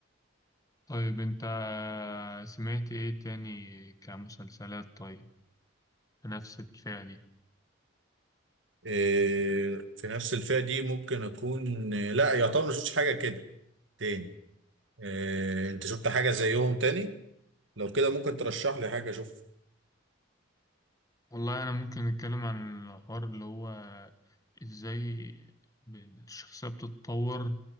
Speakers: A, on the left (about 20°); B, on the right (about 75°).
A: طيب انت سمعت ايه تاني كمسلسلات طيب بنفس الفئة دي
B: آه، في نفس الفئه دي ممكن اكون آه، لا يعتبر ما شفتش حاجه كده تاني آه، انت شفت حاجه زيهم تاني لو كده ممكن ترشح لي حاجه اشوفها
A: والله انا ممكن نتكلم عن الحوار اللي هو ازاي الشخصية بتتطور